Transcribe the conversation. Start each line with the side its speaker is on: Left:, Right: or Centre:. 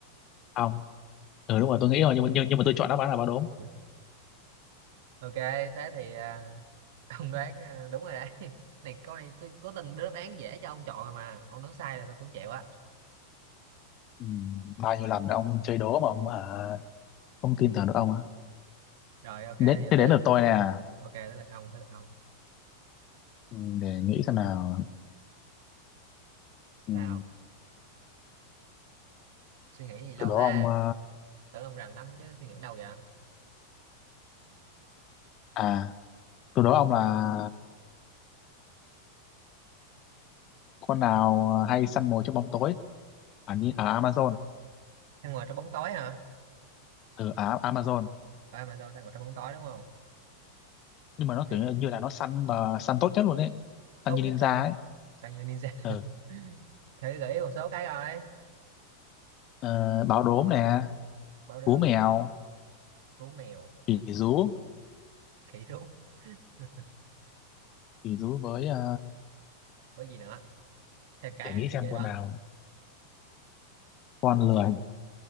Left: không ừ đúng rồi tôi nghĩ rồi nhưng mà nhưng, nhưng mà tôi chọn đáp án là báo đốm
Right: Ừ. ok thế thì à, <laughs> ông đoán à, đúng rồi đấy <laughs> này câu này tôi cố tình đưa đáp án dễ cho ông chọn rồi mà ông đoán sai là tôi cũng chịu á
Left: ừ, bao nhiêu lần ông chơi đố mà ông à, không tin tưởng được ông á
Right: rồi ok
Left: đến
Right: giờ
Left: thế
Right: tới
Left: đến
Right: lượt
Left: lượt tôi nè
Right: ok tới lượt ông tới lượt ông
Left: ừ, để nghĩ xem nào ừ,
Right: sao suy nghĩ gì lâu
Left: từ đó
Right: thế
Left: ông à
Right: tưởng ông rành lắm chứ suy nghĩ lâu vậy
Left: à, từ đó ông là con nào hay săn mồi trong bóng tối ở Ni- ở Amazon
Right: ăn ngoài trong bóng tối hả
Left: ở ở Amazon
Right: à mà sao ăn ngoài trong bóng tối đúng không
Left: nhưng mà nó
Right: thì
Left: kiểu như như là nó săn mà săn tốt nhất luôn ấy
Right: tốt
Left: săn như
Right: nhất
Left: ninja
Right: trong
Left: ấy
Right: sang như ninja
Left: ừ.
Right: <laughs> thử gửi một số cái rồi
Left: ờ, báo đốm nè
Right: báo đốm
Left: cú mèo
Right: cú mèo
Left: khỉ rú
Right: khỉ rú <laughs>
Left: khỉ rú với à,
Right: với gì nữa thêm cái
Left: để nghĩ
Right: đi cho
Left: xem
Right: dễ
Left: con
Right: đó
Left: nào con
Right: cú
Left: lười
Right: mèo